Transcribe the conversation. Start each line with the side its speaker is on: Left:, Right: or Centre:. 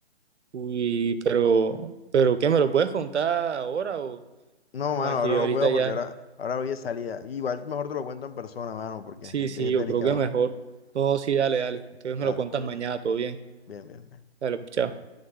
Right: Uy, pero, pero ¿qué me lo puedes contar ahora o,
Left: No,
Right: o
Left: mano,
Right: aquí
Left: ahora
Right: ahorita
Left: no puedo porque
Right: ya?
Left: ahora, ahora hoy es salida. Igual mejor te lo cuento en persona, mano, porque
Right: Sí,
Left: es,
Right: sí,
Left: es
Right: yo
Left: delicado.
Right: creo que mejor. No, sí, dale, dale. Entonces
Left: Dale,
Right: me lo cuentas
Left: pues
Right: mañana,
Left: bien,
Right: todo bien.
Left: bien, bien. bien.
Right: Dale, pues, chao.